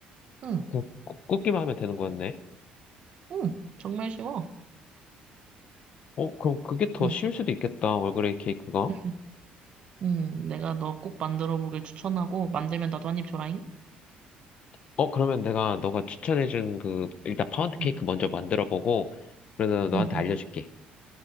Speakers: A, on the right (about 35°); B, on the left (about 40°).
A: 응,
B: 그냥 굽- 굽기만 하면 되는 거였네.
A: 응, 정말 쉬워.
B: 어, 그럼 그게 더
A: 응,
B: 쉬울 수도 있겠다, 얼그레이 케이크가.
A: <laughs> 응, 내가 너 꼭 만들어 보길 추천하고 만들면 나도 한입 줘라잉.
B: 어, 그러면 내가 너가 추천해준 그, 일단 파운드 케이크
A: 응,
B: 먼저 만들어 보고, 그래서 너한테
A: 응, 응.
B: 알려줄게.